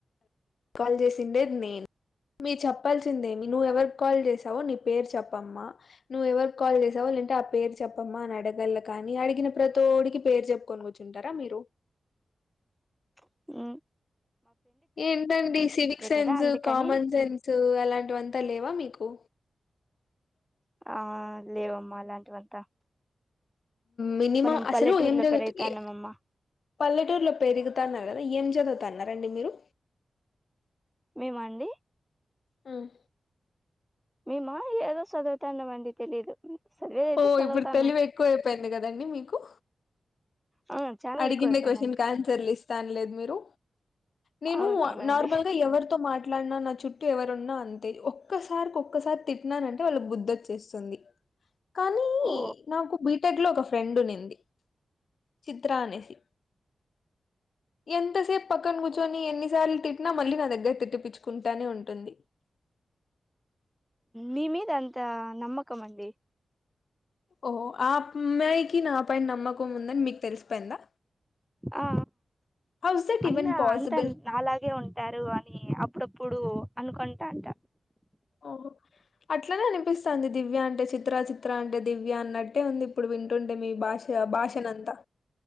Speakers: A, on the left; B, in the centre.
A: కాల్ చేసిందే నేను మీరు చెప్పాల్సిందే మినుఎవర్ కాల్ చేసావో నీ పేరు చెప్పమ్మా నువ్వు ఎవరి కాల్ చేసావో లెంటే ఆ పేరు చెప్పమ్మా అని అడగల కాని అడిగిన ప్రతోడికి పేరు చెప్పుకొని కూర్చుంటారా మీరు
B: హమ్
A: ఏంటండి సివిక్ సెన్స్
B: కదా
A: సు
B: అందుకని
A: కామన్ సెన్స్ సు అలాంటివంతా లేవా మీకు
B: ఆ లేవమ్మా అలాంటివంతా
A: మినిమం
B: మనం
A: అసలు
B: పల్లెటూరులో
A: ఏం జరూగుత్
B: పెరుగుతాన్నామమ్మా
A: ఎ పల్లెటూరులో పెరుగుతాన్న కదా ఏం చదువుతున్నారు అన్నారండి మీరు
B: మండి
A: హమ్
B: మీమా ఏదో సదువుతున్నామండి తెలీదు చదివేదైతే
A: ఓఇప్పుడు
B: చదువుతాన్నాం
A: తెలివి ఎక్కువ అయిపోయింది కదండీ మీకు
B: ఆ చాలా
A: అడిగిన్నె
B: ఎక్కువ అయిపోయిందండి
A: క్యూస్షన్లకు ఆన్సర్లిస్ కాన్లే మీరు నేను
B: అవునవునండి
A: నార్మల్ గా ఎవరితో మాట్ నన్ను నా చుట్టూ ఎవరున్నా అంతే ఒక్కసారి ఒక్కసారి తిట్టినానంటే వాళ్లకి బుద్ధొచ్చేస్తుంది కానీ
B: ఓ
A: నాకు బీటెక్ లో ఒక ఫ్రెండ్ ఉనింది చిత్రనేసి ఎంతసేపు పక్కన కూర్చుని ఎన్ని రాల్ తిట్టినా మళ్ళీ నా దగ్గర తిట్టి పచ్చుకుంటానే ఉంటుంది
B: మీ మీద అంత నమ్మకం అండి
A: ఓహో ఆ అమ్మాయికి నాపైన నమ్మకం ఉందని మీకు తెలిసిపోయిందా
B: ఆ ఆ
A: హౌస్ దట్
B: అన్న
A: ఈవెన్ పాసిబుల్
B: అంతా నాలాగే ఉంటారు అని అప్ ప్పుడప్పుడు అనుకుంటాంట
A: ఓహో అట్లనే అనిపిస్తాంది దివ్య అంటే చిత్ర చిత్ర అంటే దివ్య అన్నట్టే ఉంది ఇప్పుడు వింటుంటే మీ భాష భాష నంత